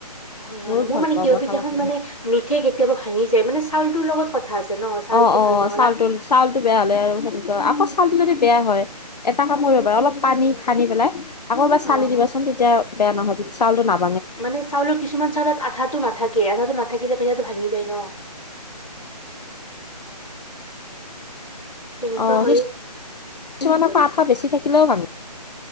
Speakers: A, on the left; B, on the left.
A: হয় হয়
B: বহুত
A: মোৰ
B: ভাল
A: মানে
B: পাব
A: কিহৰ পিঠাখন
B: খাব
A: মানে নুঠে কেতিয়াবা ভাঙি যায় মানে চাউলটোৰ লগত কথা আছে ন চাউলটো
B: অ অ
A: ভাল নহ'ল
B: চাউটো
A: আঠা
B: চাউলটো বেয়া হলে আৰু সেনেকুৱা আকৌ চাউলটো যদি বেয়া হয় এটা কাম কৰিব পাৰা অলপ পানী সানি পেলাই আকৌ এবাৰ চালি
A: অ হয়
B: দিবাচোন তেতিয়া বেয়া নহয় চাউলটো ন
A: মানে চাউলৰ কিছুমান চাউলত আঠাটো নাথাকে আঠাটো নাথাকিলে পিঠাটো ভাঙি যায় ন তেনেকুৱা
B: অ
A: হয়
B: কি কিছুমান পৰা আঠা বেছি থাকিলেও ভাঙে